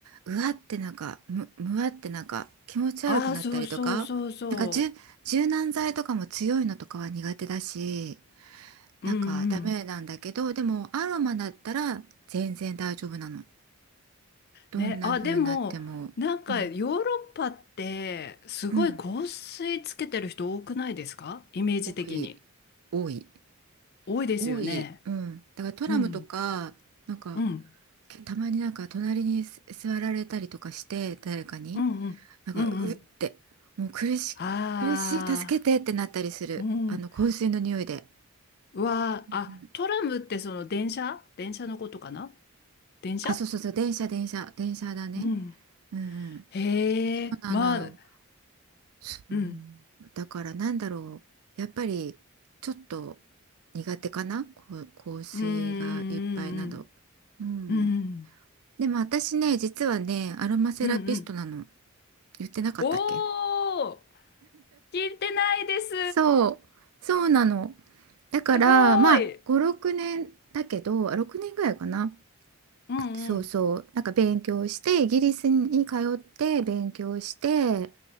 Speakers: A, on the right (about 80°); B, on the left (about 45°).
A: うわってなんかむ、むわってなんか気持ち悪くなったりとか、
B: ああ、そうそうそうそ
A: なんかじゅ柔軟剤とかも強いのとかは苦手だし、
B: う。
A: なんかダメなんだけど、
B: うんうん。
A: でもアロマだったら全然大丈夫なの。どんな風になっても。
B: ね、あ、でも、なんかヨーロッパってすごい香水つけてる人多くないですかイメージ的に。
A: うん、うん多い、多い、
B: 多いですよね。
A: 多い。うん。だからトラムとか、
B: うん。
A: なんか
B: うん。
A: たまになんか隣にす座られたりとかして誰かに
B: うんうん。
A: なんかうってもう苦しい苦しい助けてってなったりするあの香水の匂いで、
B: うんうん。ああ。うん。わー、
A: うん
B: あ、トラムってその電車電車のことかな電車
A: あそうそうそう電車電車電車だね
B: うん。
A: うんうん
B: へえ、
A: そうなのよ
B: まあ、
A: そう
B: うん。
A: だからなんだろうやっぱりちょっと苦手かなこう香水がいっぱいなど
B: うん、うん、
A: うん
B: うん、うん、
A: でも私ね実はねアロマセラピストなの
B: うん、うん。
A: 言ってなかったっけ
B: おー、聞いてないです。
A: そう、そうなの。だから、
B: すごい。
A: まあ、5、6年だけど、あ6年ぐらいかな。
B: うん、
A: そうそう。
B: うん。
A: なんか勉強して、イギリスに通って勉強して、